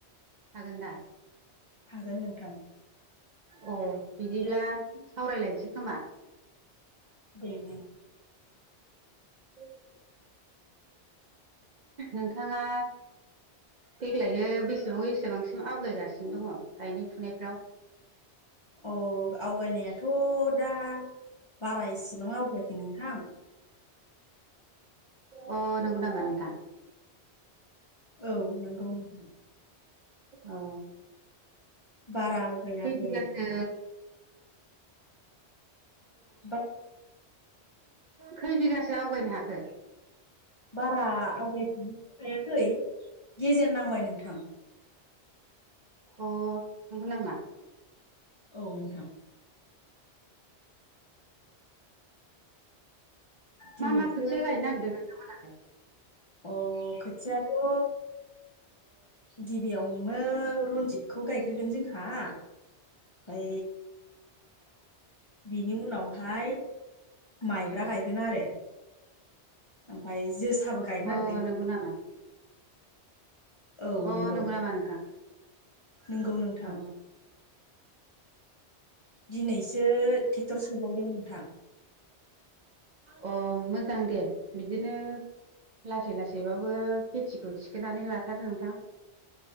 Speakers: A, on the right; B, on the left.
A: हागोन दा
B: हागोन नोंथां
A: अ। बिदिब्ला सावरायलायनोसै खोमा।
B: दे दे।
A: <inaudible> नोंथाङा देग्लायो बेसेबां बेसेबांसिम आवगायगासिनो दङ गायनाय फुनायफ्राव?
B: अ आव आवगायनायाथ' दा बारा इसिबां आवगायाखै नोंथां।
A: अ नंगौ नामा नोंथां?
B: औ नंगौ नोंथां
A: अ
B: बारा आवगायाखै
A: खै बिगाथो
B: बा
A: खै बिगासो आवगायनो हाखो?
B: बारा आवगायफिननोथ' हायाखै गेजेर नांबाय नोंथां।
A: अ नंगौनामा?
B: औ नोंथां। दिनैसो
A: मा मा खोथिया गायनो नागिरदों नोंथांमोनहालाय?
B: अ खोथियाथ' ओ गिबियावनो रनजितखौ गायग्रोगोन जोंहा। ओमफ्राय बिनि उनावहाय माइब्रा गाय गोन आरो। ओमफ्राय जोसाबो गायनो
A: अ
B: नागिरदों नोंथां।
A: नंगौ नामा
B: औ
A: अ
B: नंगौ
A: नामा नोंथां
B: नंगौ नोंथां।
A: अ
B: दिनैसो ट्रेक्टर सोबावदों नोंथां।
A: अ मोजां दे बिदिनो लासै लासैबाबो खेतिखौ थिखोनानै लाथार नोंथां।